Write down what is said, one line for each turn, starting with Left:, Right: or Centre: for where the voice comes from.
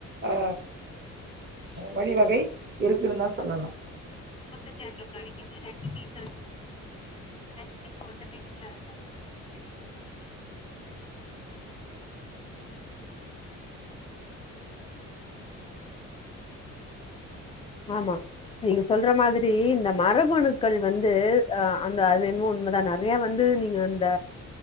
Right: ஆ வழிவகை இருக்குன்னு தா சொல்லலா
Left: <unintelligible> கடைக்கிதுரெண்டு ஆமா நீங்க சொல்ற மாதிரி இந்த மரபணுக்கள் வந்து ஆ அந்த அது என்னமோ உண்மதா நறையா வந்து நீங்க இந்த